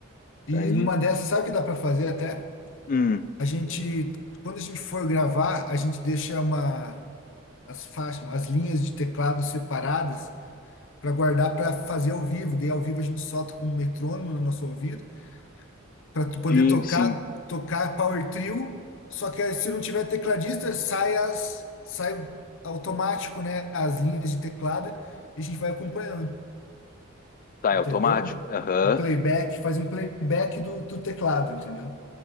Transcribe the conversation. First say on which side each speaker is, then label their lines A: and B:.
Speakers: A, on the left; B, on the left.
A: E
B: Daí,
A: numa dessas, sabe o que dá para fazer até?
B: hum,
A: A gente, quando a gente for gravar, a gente deixa uma as faixas, as linhas de teclado separadas para guardar para fazer ao vivo. Daí ao vivo a gente solta com um metrônomo no nosso ouvido para tu poder
B: sim,
A: tocar
B: sim.
A: tocar power trio. Só que aí, se não tiver tecladista, sai as sai automático, né, as linhas de teclado e a gente vai acompanhando.
B: Tá,
A: entendeu?
B: é automático. Aham.
A: Um playback, faz um playback do, do teclado, entendeu?